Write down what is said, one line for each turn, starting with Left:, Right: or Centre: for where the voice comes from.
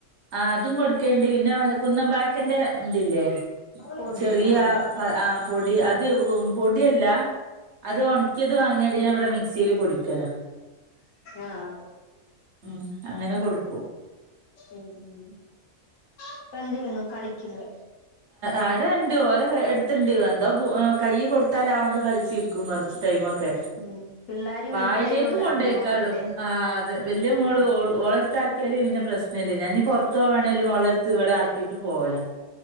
Right: ആഹ് അതും കൊടുക്കല്ണ്ട് പിന്നെ കുന്നം വായക്കന്റെ ഇതില്ലേ
Left: പൊടി
Right: ചെറിയ
Left: ആഹ്
Right: പ ആഹ് പൊടി അത് പൊടിയല്ല അത് ഒണക്കിയത് വാങ്ങിയാട് ഞാവ്ടെ മിക്സീല് പൊടിക്കല
Left: ആഹ്
Right: ഉം അങ്ങനെ കൊടുക്കും
Left: ഉം ഉം ഇപ്പെന്തെയ്‌ണു കളിക്കുന്ന്
Right: അഅവ്ടെണ്ട് ഓല എട്ത്തുണ്ട് എന്തോ പോ ഏഹ് കയ്യ് കൊടുത്താൽ അഓണ്ട് കളിച്ചിരിക്കും കൊറച്ച് ടൈമൊക്കെ
Left: ഉം പിള്ളാര്
Right: വായിലേക്ക്
Left: വലുതായത് കൊണ്ട്
Right: കൊണ്ടോയിക്കാളും
Left: അവര് നോക്കൂലേ
Right: ആത് വല്ലി മോള്
Left: ആഹ്
Right: ഓള് ഓളട്ത്താക്കി ക്കിയാലും പിന്നെ പ്രശ്നല്ലേ ഞാൻഞ്ഞ് പൊറ്ത്ത് പോവാണേലും ഓളട്ത്ത് ഇവിടാക്കീട്ട് പോവല